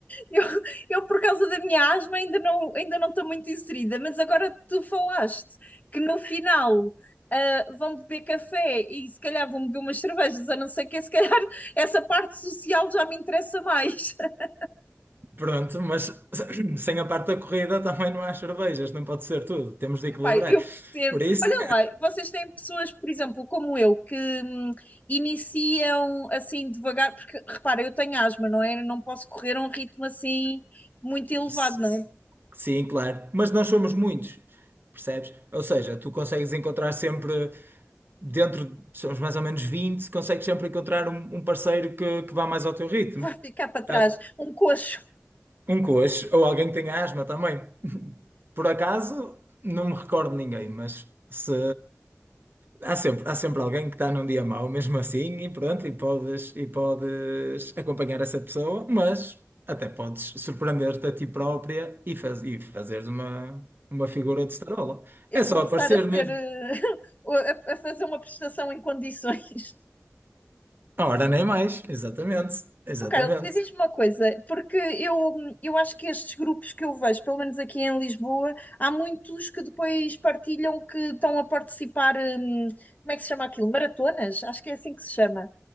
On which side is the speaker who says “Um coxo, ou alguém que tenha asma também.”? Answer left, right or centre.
Right